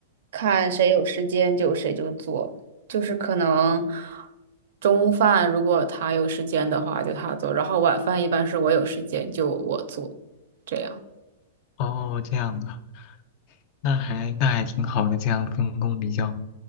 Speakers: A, on the right; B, on the left.
A: 看谁有时间就谁就做，就是可能中饭如果他有时间的话就他做，然后晚饭一般是我有时间就我做，这样。
B: 哦，这样啊，那还那还挺好的，这样分工比较